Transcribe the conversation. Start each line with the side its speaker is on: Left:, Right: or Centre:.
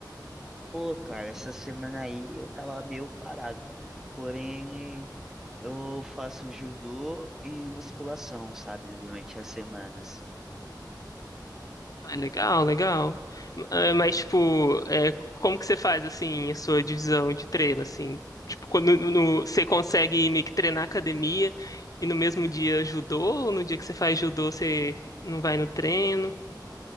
Centre: Pô, cara, essa semana aí eu tava meio parado. Porém, eh, eu faço judô e musculação, sabe? Durante a semana, assim.
Left: Ah, legal, legal. Ah, Mas, tipo, é, como que você faz, assim, a sua divisão de treino, assim? Tipo, quando no- no- você consegue meio que treinar academia e no mesmo dia judô, ou no dia que você faz judô você não vai no treino?